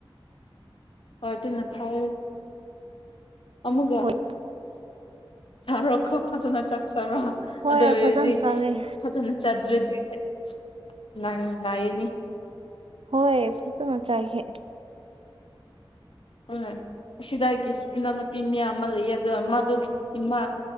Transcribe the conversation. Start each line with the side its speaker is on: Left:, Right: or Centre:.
Left: ꯍꯣꯏ ꯑꯗꯨꯅ ꯐꯔꯦ ꯑꯃꯨꯛꯒ
Right: ꯍꯣꯏ
Left: ꯆꯥꯔꯣꯀꯣ ꯐꯖꯅ ꯆꯥꯛ ꯆꯥꯔꯣ
Right: ꯍꯣꯏ
Left: ꯑꯗꯨꯑꯣꯏꯔ
Right: ꯐꯖꯅ ꯆꯥꯔꯦ
Left: ꯐꯖꯅ ꯆꯗ꯭ꯔꯥꯗꯤ ꯍꯣꯏ ꯅꯥꯏ ꯅꯥꯏꯌꯦꯅꯦ
Right: ꯍꯣꯏ ꯐꯖꯅ ꯆꯥꯏꯍꯦ
Left: ꯍꯣꯏ ꯑꯁꯤꯗꯒꯤ ꯏꯅꯥꯎ ꯅꯨꯄꯤ ꯃꯌꯥꯝ ꯑꯃꯥ ꯂꯩꯌꯦ ꯑꯗꯨ ꯃꯥꯗꯨ ꯏꯃꯥ